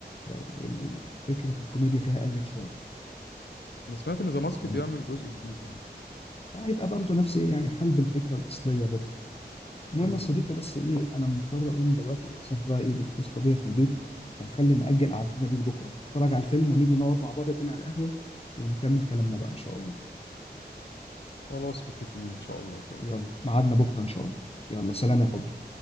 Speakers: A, on the left; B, on the left.
A: بقت ال- فكره الكوميديا فيها قلت شويه
B: انا سمعت ان ذا ماسك
A: يعني
B: بيعمل جزء جديد اهو
A: هيبقى برضه نفس ايه يعني حلب الفكره الاصليه برضه المهم
B: مم.
A: يا صديقي بس ايه انا مضطر اقوم دلوقتي للاسف بقى ايه بيتصلوا بيا في البيت فنخلي نأجل قعدتنا دي لبكره نتفرج على الفيلم ونيجي نقعد مع بعض تاني على القهوه ونكمل كلامنا بقى ان شاء الله
B: خلاص متفقين ان شاء الله تمام
A: يلا ميعادنا بكره ان شاء الله يلا سلام يا حبي